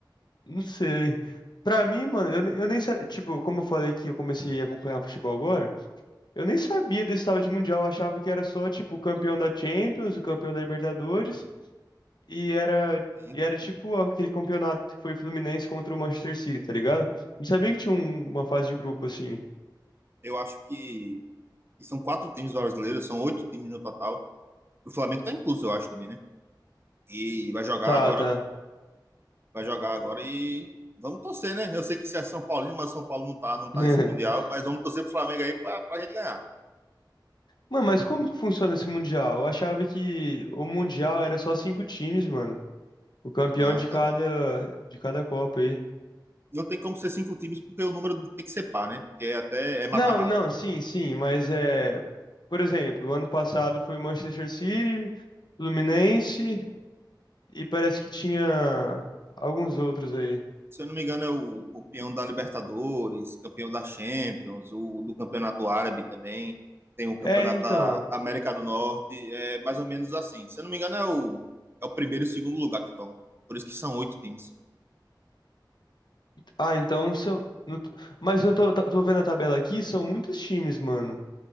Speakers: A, on the left; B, on the right.
A: não sei. Pra mim, mano, eu, ne- eu nem sabia. Tipo, como eu falei que eu comecei a acompanhar futebol agora, eu nem sabia desse tal de Mundial. Eu achava que era só, tipo, o campeão da Champions, o campeão da Libertadores. E era,
B: Sim.
A: e era tipo aquele campeonato que foi Fluminense contra o Manchester City, tá ligado? Não sabia que tinha um- uma fase de grupo assim.
B: Eu acho que, que são quatro times brasileiros, são oito times no total. O Flamengo tá incluso, eu acho, também, né? E vai jogar
A: Tá,
B: agora,
A: tá.
B: vai jogar agora e vamos torcer, né? Eu sei que se é São Paulino, mas São Paulo não tá, não tá
A: <laughs>
B: nesse Mundial, mas vamos torcer pro Flamengo aí pra, pra gente ganhar.
A: Mano, mas como que funciona esse Mundial? Eu achava que o Mundial era só cinco times, mano. O campeão
B: Não,
A: de
B: cara.
A: cada, de cada Copa aí.
B: Não tem como ser cinco times, porque o número tem que ser par, né? Porque até é mata-mata.
A: Não, não, sim, sim, mas é. Por exemplo, o ano passado foi Manchester City, Fluminense e parece que tinha alguns outros aí.
B: Se eu não me engano, é o campeão da Libertadores, campeão da Champions, o do Campeonato Árabe também. Tem o Campeonato
A: É, então.
B: da América do Norte. É mais ou menos assim. Se eu não me engano, é o, é o primeiro e o segundo lugar que vão. Por isso que são oito times.
A: Ah, então são. no- Mas eu tô, tá- tô vendo a tabela aqui, são muitos times, mano.